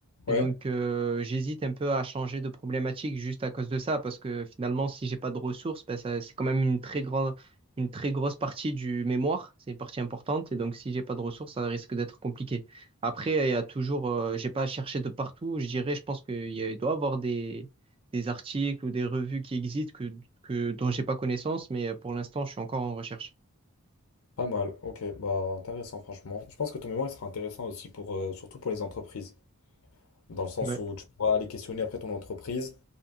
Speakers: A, on the left (about 75°); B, on the right (about 25°).
A: Ouais.
B: Et donc, euh, j'hésite un peu à changer de problématique juste à cause de ça, parce que finalement, si j'ai pas de ressources, ben, ça- c'est quand même une très grande, une très grosse partie du mémoire. C'est une partie importante. Et donc, si j'ai pas de ressources, ça risque d'être compliqué. Après, il y a toujours, euh, j'ai pas cherché de partout. Je dirais, je pense qu'il y a- il doit y avoir des, des articles ou des revues qui existent que, que, dont j'ai pas connaissance, mais pour l'instant, je suis encore en recherche.
A: Pas mal, ok, bah intéressant franchement. Je pense que ton mémoire il sera intéressant aussi pour euh, surtout pour les entreprises, dans le sens
B: Ouais.
A: où tu pourras aller questionner après ton entreprise